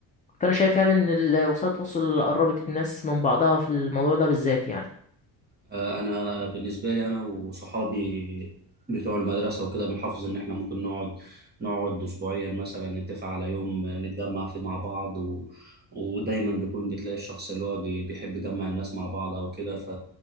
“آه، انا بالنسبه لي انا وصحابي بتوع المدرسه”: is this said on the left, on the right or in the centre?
Right